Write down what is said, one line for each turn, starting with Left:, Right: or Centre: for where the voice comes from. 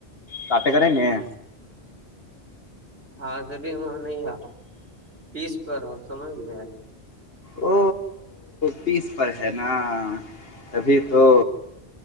Left: کٹے کر ہے نہیں
Right: حاضری میں نہیں آپ پیس پر آپ سمجھ لے
Left: او پیس پر ہے نا تبھی تو